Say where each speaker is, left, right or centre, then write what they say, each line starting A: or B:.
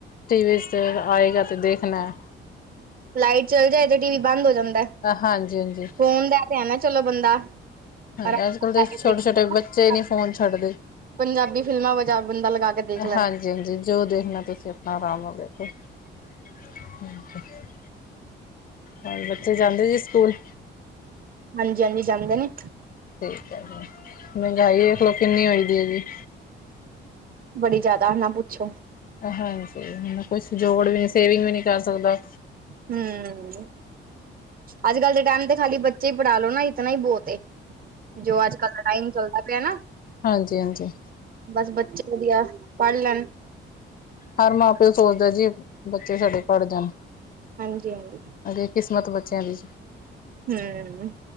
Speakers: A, on the left; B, on the right.
A: ਟੀਵੀ ਚ ਤੇ ਫਿਰ ਆਏਗਾ ਤੇ ਦੇਖਣਾ।
B: ਲਾਈਟ ਚਲ ਜਾਏ ਤੇ ਟੀ ਵੀ ਬੰਦ ਹੋ ਜਾਂਦਾ,
A: ਹਾਂਜੀ-ਹਾਂਜੀ ਹਾਂਜੀ
B: ਫੋਨ ਦਾ ਤੇ ਹੈ ਨਾ ਚਲੋ ਬੰਦਾ
A: ਹਾਂਜੀ
B: ਆਰਾਮ
A: ਅੱਜ ਕੱਲ੍ਹ ਦੇ ਛੋਟੇ
B: ਦੇਖ
A: ਛੋਟੇ ਬੱਚੇ ਨਹੀਂ ਫੋਨ ਛੱਡਦੇ।
B: ਪੰਜਾਬੀ ਫਿਲਮਾਂ ਵਜਾ ਬੰਦਾ ਲਗਾ ਕੇ ਦੇਖ ਲੈਂਦਾ
A: ਹਾਂਜੀ ਹਾਂਜੀ, ਜੋ ਦੇਖਣਾ ਤੁਸੀਂ ਆਪਣਾ ਆਰਾਮ ਨਾਲ ਦੇਖੋ। <unintelligible> <inaudible> ਹੋਰ ਬੱਚੇ ਜਾਂਦੇ ਜੀ ਸਕੂਲ?
B: ਹਾਂਜੀ ਹਾਂਜੀ ਜਾਂਦੇ ਨੇ।
A: ਠੀਕ ਹੈ ਜ, ਮਹਿੰਗਾਈ ਦੇਖਲੋ ਕਿੰਨੀ ਹੋਈ ਦੀ ਹੈ ਜੀ।
B: ਬੜੀ ਜਿਆਦਾ ਨਾ ਪੁੱਛੋ।
A: ਹਾਂਜੀ, ਹ ਕੁਛ ਜੋੜ ਵੀ ਸੇਵਿੰਗ ਵੀ ਨਹੀਂ ਕਰ ਸਕਦਾ।
B: ਹਮ। ਅੱਜ ਕੱਲ੍ਹ ਦੇ ਟਾਈਮ ਤੇ ਖਾਲੀ ਬੱਚੇ ਹੀ ਪੜ੍ਹਾਲੋ ਨਾ ਇਤਨਾ ਹੀ ਬਹੁਤ ਏ। ਜੋ ਅੱਜ ਕੱਲ ਦਾ ਟਾਈਮ ਚੱਲਦਾ ਪਿਆ ਨਾ।
A: ਹਾਂਜੀ-ਹਾਂਜੀ।
B: ਬਸ ਬੱਚੇ ਵਧੀਆ ਪੜ੍ਹ ਲੈਣ
A: ਹਰ ਮਾਂ-ਪਿਓ ਸੋਚਦਾ ਜੀ ਬੱਚੇ ਸਾਡੇ ਪੜ ਜਾਣ।
B: ਹਾਂਜੀ-ਹਾਂਜੀ।
A: ਅਗੇ ਕਿਸਮਤ ਬੱਚਿਆਂ ਦੀ।
B: ਹਮ,